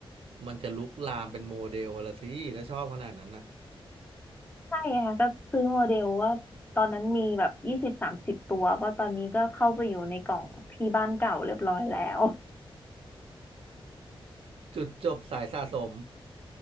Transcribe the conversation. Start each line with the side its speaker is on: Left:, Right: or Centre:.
Right: มันจะลุกลามเป็นโมเดลละสิถ้าชอบขนาดนั้นน่ะ
Left: ใช่ค่ะก็ซื้อโมเดลว่าตอนนั้นมีแบบยี่สิบสามสิบตัวก็ตอนนี้ก็เข้าไปอยู่ในกล่องที่บ้านเก่าเรียบร้อยแล้ว
Right: จุดจบสายสะสม